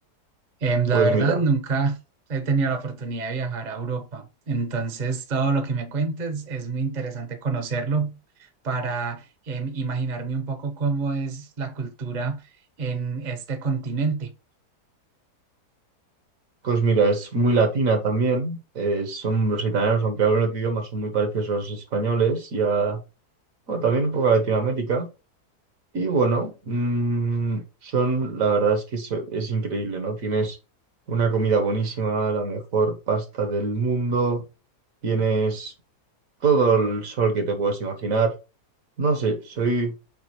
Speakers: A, on the right; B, on the right.
A: Em, la
B: Pues
A: verdad,
B: mira,
A: nunca he tenido la oportunidad de viajar a Europa, entonces todo lo que me cuentes es muy interesante conocerlo para em, imaginarme un poco cómo es la cultura en este continente.
B: pues mira, es muy latina también. eh, son los italianos, aunque hablan otro idioma, son muy parecidos a los españoles y a, bueno, también un poco a Latinoamérica. Y bueno, mm, son, la verdad es que so- es increíble, ¿no? Tienes una comida buenísima, la mejor pasta del mundo, tienes todo el sol que te puedes imaginar. No sé, soy,